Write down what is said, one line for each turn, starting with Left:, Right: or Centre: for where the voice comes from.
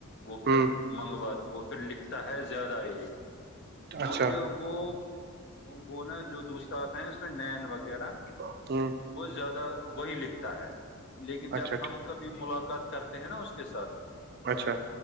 Left: وہ
Right: ہ
Left: پھر منگوا تو وہ پھر لکھتا ہے زیادہ یہ کیونکہ
Right: اچھا
Left: وہ وہ نا جو دوست آتا ہے اس میں نین وغیرہ
Right: <inaudible>
Left: وہت زیادہ وہی لکھتا ہے لیکن
Right: اچھا
Left: جب
Right: ٹھیک
Left: ہم کبھی ملاقات کرتے ہیں نا اس کے ساتھ
Right: اچھا